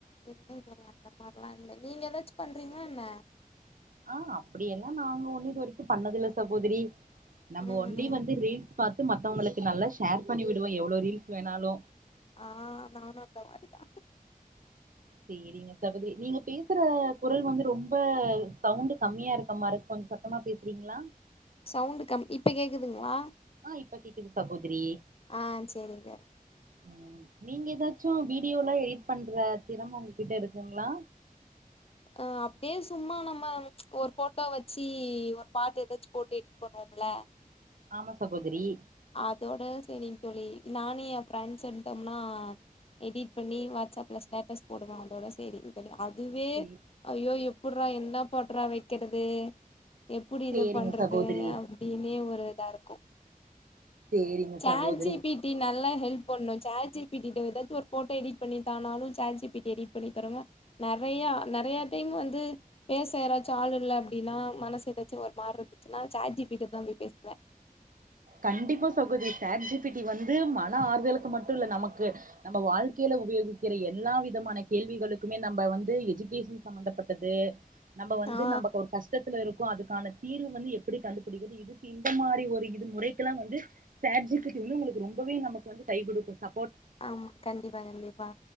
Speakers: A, on the left; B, on the right.
A: இல்லைங்க அந்த மார்லாம் இல்ல நீங்க ஏதாச்சும் பண்றீங்களா என்ன
B: ஆ அப்பிடியெல்லா நாங்க ஒண்ணூ இதுவரைக்கு பண்ணதில்ல சகோதிரி நம்போ
A: ம்
B: ஒன்லி வந்து இது ரீல்ஸ் பாத் தும் மத்தவங்குளுக்கு நல்லா ஷேர் பண்ணி விடுவோ எவ்ளோ ரீல்ஸ் வேணாலு
A: ஆ நானு அந்த மாரிதா
B: சேரிங்க சகோதிரி நீங்க பேசுற குரல் வந்து ரொம்ப சவுண்டு கம்மியா இருக்கமாருக் கொஞ் சத்தமா பேசுறீங்ளா
A: சவுண்டு கம் இப்ப கேக்குதுங்ளா
B: ஆ இப்ப கேக்குது சகோதிரி
A: ஆ சேரிங்க
B: ம் நீங்க எதாச்சு வீடியோலா எடிட் பண்ற திறம உங்ககிட்ட இருக்குங்ளா
A: அ அப்டியே சும்மா நம்ம ஒரு போட்டா வச்சி ஒரு பாட்டு எதாச்சு போட்டு எடிட் பண்ணுவோம்ல
B: ஆமா சகோதிரி
A: அதோட செரிங் தோழி நானு எ ஃபிரெண்ட்ஸ் இருந்த்தோம்னா எடிட் பண்ணி வாட்ஸ்அப் ல ஸ்டேடஸ் போடுவ அதோட சேரிங் தோழி அதுவே
B: சேரி
A: ஐயோயோ எப்புட்றா என்ன பாட்டுறா வைக்கிறது எப்புடி
B: சேரிங்க
A: இத பண்றது
B: சகோதரி
A: அப்டின்னே ஒரு இதா இருக்கு
B: சேரிங்க
A: சாட்
B: சகோதரி
A: ஜி பீ டீ நல்லா ஹெல்ப் பண்ணு சாட் ஜி பீ டீட எதாச்சு ஒரு போட்டோ எடிட் பண்ணி தானாலு chat G P tea edit பண்ணி தருங்க நெறையா நெறைய டைம் வந்து பேச யாராச்சு ஆள் இல்ல அப்டினா மனசு எதாச்சு ஒரு மாறி இருந்துச்சுனா சாட் ஜி பி ட தா போய் பேசுவே
B: கண்டிப்பா சகோதிரி சாட் ஜி பி டி வந்து மன ஆறுதலுக்கு மட்டுல்ல நமக்கு நம்ப வாழ்க்கேல உபயோகிக்கிற எல்லா விதமான கேள்விகளுக்குமே நம்ப வந்து எஜுகேஷன் சம்பந்தப்பட்டது நம்ப வந்து
A: ஆ
B: நம்பக்கு ஒரு கஷ்டத்துல இருக்கோ அதுக்கான தீர்வு வந்து எப்டி கண்டுபிடிக்கிற்து இதுக்கு இந்த மாரி ஒரு இ து முறைக்கெலா வந்து சாட் ஜி பி டீ வந்து உங்களுக்கு ரொம்பவே நமக்கு வந்து கை குடுக்கு ச
A: ஆமா கண்டிப்பா கண்டிப்பா